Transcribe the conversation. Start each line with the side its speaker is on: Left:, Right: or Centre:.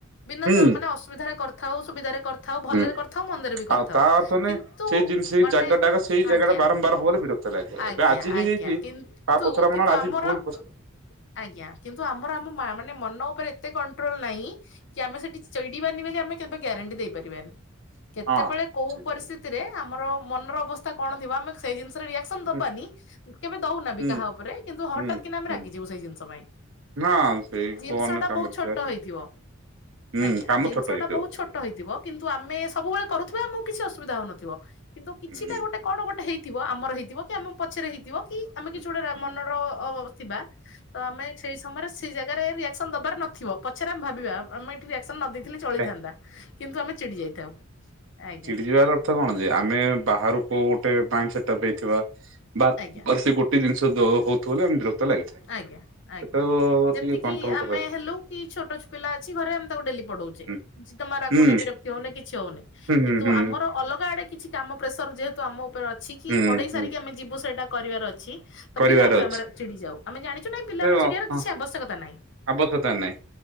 Left: ବିନା
Right: ହୁଁ
Left: ମାନେ ଅସୁବିଧାରେ କରିଥାଉ ସୁବିଧାରେ କରିଥାଉ। ଥାଉ ଭଲରେ
Right: ହୁଁ।
Left: କରିଥାଉ ମନ୍ଦରେ ବି କରିଥାଉ
Right: ଆଉ ତା ଅର୍ଥ ନୁହେଁ
Left: କିନ୍ତୁ
Right: ସେଇ ଜିନିଷ ସେଇ
Left: ମାନେ
Right: ଜାଗା ଟା ସେଇ ଜାଗା
Left: ଆଜ୍ଞା।
Right: ଟା ବାରମ୍ବାର ହବ ବୋଲି ବିରକ୍ତ ଲାଗିବ
Left: ଆଜ୍ଞା
Right: ଏବେ ଆଜି ହେଇଯାଇଛି
Left: ଆଜ୍ଞା କିନ୍ତୁ
Right: ତା ପଛରେ
Left: କିନ୍ତୁ
Right: ମନ
Left: ଆମର।
Right: <inaudible>
Left: ଆଜ୍ଞା କିନ୍ତୁ ଆମର ଆମ ମା ମାନେ ମନ ଉପରେ ଏତେ କଣ୍ଟ୍ରୋଲ ନାହିଁ। କି ଆମେ ସେଠି ଚଡିବାନି ବେଲି ଆମେ କେବେ ଗ୍ୟାରେଣ୍ଟି ଦେଇ ପାରିବାନି। କେତେବେଳେ
Right: ହଁ
Left: କୋଉ
Right: ହୁଁ
Left: ପରିସ୍ଥିତିରେ ଆମର ମନର ଅବସ୍ଥା କଣ ଥିବ ଆମେ ସେଇ ଜିନିଷରେ ରିଆକ୍ଟ। ସନ୍ ଦବାନି
Right: ହୁଁ
Left: କେବେ ଦଉନା ବି
Right: ହୁଁ
Left: କାହା ଉପରେ କିନ୍ତୁ ହଠାତ୍
Right: ହୁଁ
Left: କିନା ଆମେ
Right: ହୁଁ
Left: ରାଗି ଯିବୁ ସେଇ ଜିନିଷ ପାଇଁ
Right: ହଁ ସେଇ
Left: ଜିନିଷ
Right: କୋଉ ଅନ୍ୟ
Left: ଟା
Right: କାମରେ
Left: ବହୁତ ଛୋଟ
Right: ଥିବା ସେ
Left: ହେଇଥିବ।
Right: ହୁଁ
Left: ଆଜ୍ଞା
Right: କାମ
Left: ଜିନିଷ
Right: ଛୋଟ ହେଇଥିବ
Left: ଟା ବହୁତ ଛୋଟ ହେଇଥିବ। କିନ୍ତୁ ଆମେ ସବୁବେଳେ କରୁଥିବା ଆମକୁ କିଛି ଅସୁବିଧା ହଉ ନଥିବ କିନ୍ତୁ କିଛିଟା
Right: ହୁଁ
Left: ଗୋଟେ। କଣ ଗୋଟେ ହେଇଥିବ ଆମର ହେଇଥିବ କି ଆମ ପଛରେ ହେଇଥିବ କି ଆମେ
Right: ହୁଁ
Left: କିଛି ଗୋଟେ
Right: ହୁଁ
Left: ମନର ଅ ଥିବା। ତ ଆମେ ସେଇ ସମୟରେ ସେ ଜାଗାରେ ରିଆକ୍ସନ ଦବାର ନଥିବ। ପଛରେ ଆମେ ଭାବିବା ଆମେ ଏଇଠି ରିଆକ୍ସନ୍ ନ ଦେଇଥିଲେ ଚଳିଥାନ୍ତା
Right: ହୁଁ
Left: କିନ୍ତୁ ଆମେ ଚିଡ଼ି ଯାଇଥାଉ। ଆଜ୍ଞା
Right: ଚିଡି ଯିବାର ଅର୍ଥ କଣ ଯେ ଆମେ ବାହାରୁ କୋଉ ଗୋଟେ ମାଇଣ୍ଡ ସେଟ ଅପ୍ ହେଇଥିବା। ବାର
Left: ଆଜ୍ଞା।
Right: ବାର୍ ସେ ଗୋଟେ ଜିନିଷ ହଉଥିବ ବେଳେ ଆମେ ବିରକ୍ତ। ଲାଗିଥାଏ।
Left: ଆଜ୍ଞା ଆଜ୍ଞା
Right: ସେଟା ତ
Left: ଯେମିତି
Right: ଟିକେ
Left: କି
Right: କଣ୍ଟ୍ରୋଲ
Left: ଆମେ
Right: କରେ
Left: ହେଲୁ କି ଛୋଟ ଛ ପିଲା ଅଛି ଘରେ ଡେଲି ପଢଉଚି
Right: ହୁଁ
Left: ମା ରାଗୁନ
Right: ହୁଁ
Left: ବିରକ୍ତି ହଉନି କିଛି ହଉନି
Right: ହୁଁ ହୁଁ
Left: କିନ୍ତୁ
Right: ହୁଁ
Left: ଆମର ଅଲଗା ଆଡେ କିଛି କାମ ପ୍ରେସର ଯେହେତୁ ଆମ ଉପରେ ଅଛି କି
Right: ହୁଁ
Left: ପଢ଼େଇ
Right: ହୁଁ
Left: ସାରିକି ଆମେ ଯିବୁ ସେଇଟା କରିବାର ଅଛି। ତ
Right: କରିବାର
Left: ପିଲା ଉପରେ
Right: ଅଛି
Left: ଆମର ଚିଡି ଯାଉ ଆମେ ଜାଣିଛୁ ନାହିଁ ପିଲା
Right: ସେ
Left: ଉପରେ
Right: ଅ-
Left: ଚିଡିଆାର
Right: ହଁ
Left: କିଛି ଆବଶ୍ୟକତା ନାହିଁ।
Right: ଆବଶ୍ୟକତା ନାହିଁ